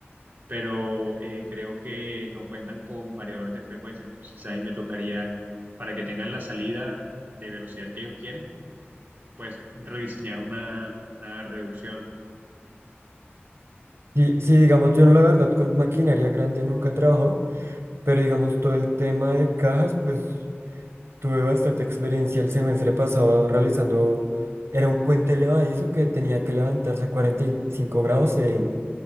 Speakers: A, on the right; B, on the right.
A: pero eh, creo que no cuentan con variadores de frecuencia, entonces ahí me tocaría, para que tengan la salida de velocidad que ellos quieren, pues rediseñar una, una reducción.
B: Y sí, digamos, yo no la verdad con maquinaria grande nunca trabajo, pero digamos todo el tema de cajas, pues Tuve bastante experiencia el semestre pasado realizando, era un puente elevadizo que tenía que levantarse 45 grados en